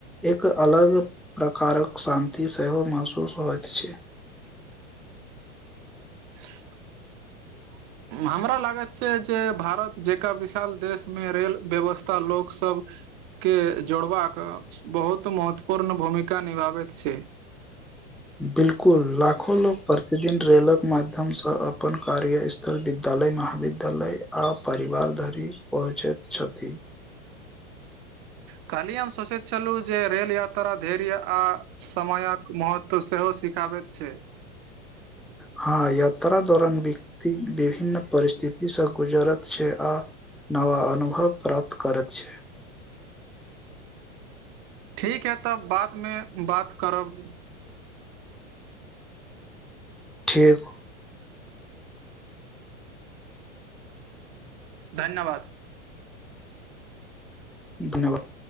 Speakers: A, in the centre; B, on the right (about 40°).
A: एक अलग प्रकारक शान्ति सेहो महसूस होईत छै।
B: <unintelligible> हमरा लागैत छै जे भारत जकरा विशाल देशमे रेल व्यवस्था लोकसब के जोड़बाक बहुत महत्वपूर्ण भूमिका निभाबैत छै
A: बिल्कुल लाखो लोक प्रतिदिन रेलक माध्यमसँ अपन कार्य स् उ्तर विद्यालय महाविद्यालय आ परिवार धरि पहुँचैत छथि
B: काल्हि हम सोचैत छलु जे रेल यात्रा धर्य आ समयक महत्व तऽ सेहो सिखाबैत छै।
A: हँ यात्रा दौरान व्यक्ति विभिन्न परिस्थितिसँ गुजारत। छै आ नवा अनुभव प्राप्त करत छै।
B: ठीक हे तब बादमे बात करब।
A: ठीक
B: धन्यवाद
A: धन्यवाद